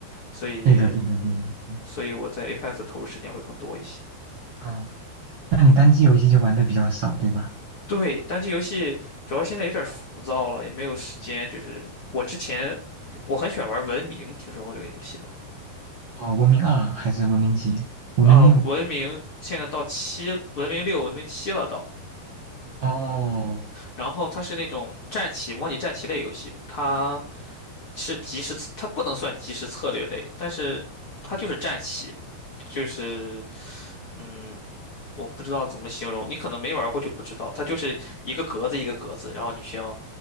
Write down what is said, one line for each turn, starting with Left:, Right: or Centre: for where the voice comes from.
Left: 所以，
Right: 对的对的对的，
Left: 所以我在 Apex 的投入时间会更多一些。
Right: 嗯，那你单机游戏就玩的比较少，对吧？
Left: 对，单机游戏主要现在有点浮躁了，也没有时间。就是我之前我很喜欢玩文明，听说过这个游戏吗？
Right: 哦，文明二还是文明几？文明六。
Left: 啊，《文明现在到七，文明六、文明七了到，
Right: 哦，
Left: 然后它是那种战棋模拟战棋类游戏，它。是即时，它不能算即时策略类，但是它就是战棋，就是嗯，我不知道怎么形容，你可能没玩过就不知道，它就是一个格子一个格子，然后你需要